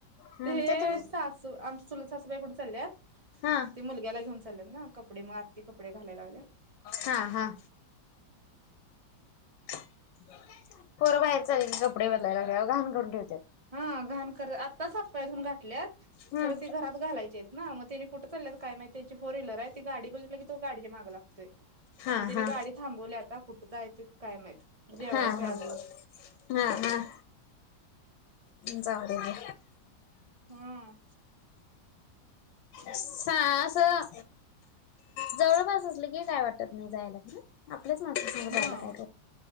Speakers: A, on the left; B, on the right.
A: हम्म
B: ते हे
A: तुम
B: सासू आमची चुलत सासूबाई कुठं चालल्यात.
A: हा
B: ते मुलग्याला घेऊन चालल्यात ना कपडे मग आत्ती कपडे घालाय लागल्यात.
A: हा हा. पोरं बाहेर चालेल की कपडे बदलायला लागतात घाण करून ठेवत्यात
B: हा घाण कर आत्ताच हात-पाय धुवून घातल्यात
A: हम्म
B: खरं ते घरात घालायचे आहेत ना मग तेनी. कुठं चालल्यात काय माहिती त्यांची फोर व्हीलर आहे. ती गाडी बघितली की तो गाडीच्या माग लागतोय.
A: हा
B: मग तेनी
A: हा
B: गाडी थांबवली आता कुठं जायाची हायत काय माहित. जेवायचंय
A: हा हा
B: अजून
A: हा हा. जाऊ दे घे.
B: हा
A: शाळा असं जवळपास असलं की काय वाटत नाही जायला. आपल्याच माणसां सगं जायला
B: हा
A: काय.